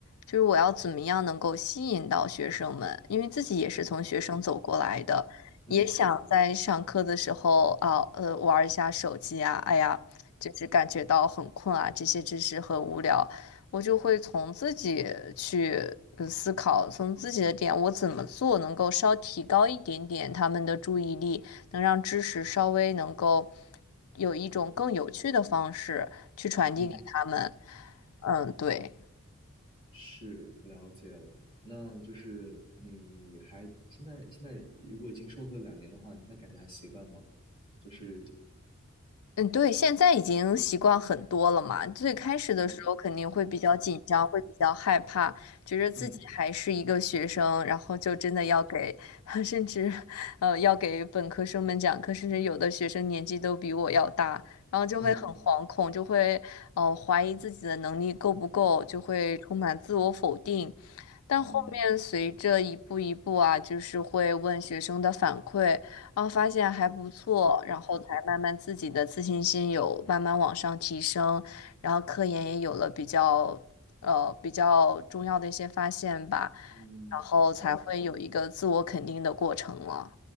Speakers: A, on the left (about 70°); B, on the left (about 20°).
A: 就是我要怎么样能够吸引到学生们？因为自己也是从学生走过来的，
B: 嗯，
A: 也想在上课的时候啊，
B: 是的，
A: 呃，玩儿一下手机啊，哎呀，就是感觉到很困啊，这些知识很无聊，我就会从自己去呃思考，从自己的点，我怎么做能够稍提高一点点他们的注意力。能让知识稍微能够有一种更有趣的方式去传递给他们。
B: 嗯。
A: 嗯，对。
B: 是了解了，那就是你还现在现在如果已经授课两年的话，你现在感觉还习惯吗？就是
A: 嗯，对，现在已经习惯很多了嘛。最开始的时候肯定会比较紧张，
B: 哦，
A: 会比较害怕，觉着自己还是一个学生，
B: 嗯
A: 然后就真的要给，<laughs> 甚至，呃，要给本科生们讲课，甚至有的学生年纪都比我要大，然后就会很惶恐，
B: 嗯
A: 就会，呃，怀疑自己的能力够不够，就会充满自我否定。但后面随着一步一步啊，
B: 嗯
A: 就是会问学生的反馈。然后发现还不错，然后才慢慢自己的自信心有慢慢往上提升，然后科研也有了比较呃比较重要的一些发现吧，
B: 嗯，
A: 然后才会有一个自我肯定的过程了。
B: 了解。